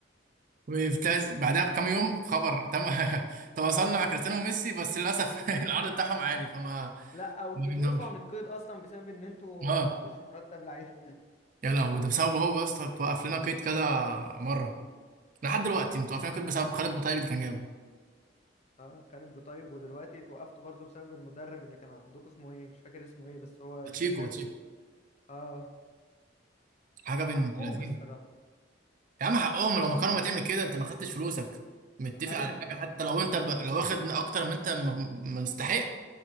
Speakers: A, on the right (about 45°); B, on the left (about 35°).
A: وبتاز- بعدها بكام يوم خبر تم <laughs> تواصلنا مع كريستيانو وميسي بس للاسف <laughs> العرض بتاعهم عالي فما
B: لا او تتوقفوا
A: ما جبناهمش
B: عن القيد اصلا بسبب ان انتوا
A: اه
B: ما دفعتوش مرتب لعيبه
A: يا لهوي ده بسببه هو يا اسطى اتوقف لنا قيد كذا مره لحد دلوقتي متوقف
B: <laughs>
A: لنا قيد بسبب خالد بوطيب اللي كان جابه
B: اه خالد بوطيب ودلوقتي اتوقفتوا برضه بسبب المدرب اللي كان عندكم اسمه ايه مش فاكر اسمه ايه بس هو اشتكاكوا
A: باتشيكو باتشيكو
B: اه
A: حاجه بنت
B: حقهم
A: لذينه
B: الصراحه
A: يا عم حقهم لو ما كانوا ما تعمل كده انت ما خدتش فلوسك متفق
B: ايوه
A: على حاجه
B: <laughs>
A: حتى لو انت ب... لو واخد اكتر ما انت م- مستحق